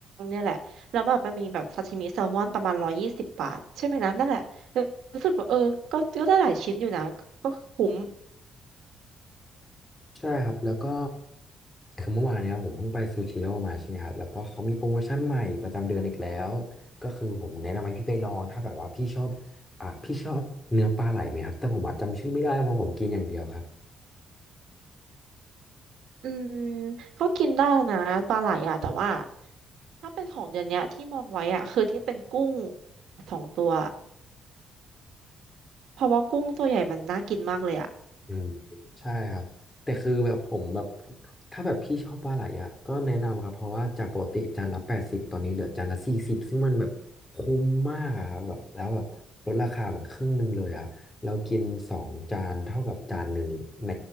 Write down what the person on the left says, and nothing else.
ใช่ครับแล้วก็คือเมื่อวานเนี้ยผมเพิ่งไปซูชิโร่มาใช่ไหมครับแล้วก็เขามีโปรโมชั่นใหม่ประจำเดือนอีกแล้วก็คือผมแนะนำให้พี่ไปลองถ้าแบบว่าพี่ชอบอ่ะพี่ชอบเนื้อปลาไหลไหมครับแต่ผมอะจำชื่อไม่ได้เพราะผมกินอย่างเดียวครับ
อืมใช่ครับแต่คือแบบผมแบบถ้าแบบพี่ชอบปลาไหลอ่ะก็แนะนำครับเพราะว่าจากปกติจานละแปดสิบตอนนี้เหลือจานละสี่สิบซึ่งมันแบบคุ้มมากอะครับแบบแล้วแบบลดราคาแบบครึ่งหนึ่งเลยอ่ะเรากินสองจานเท่ากับจานหนึ่งใน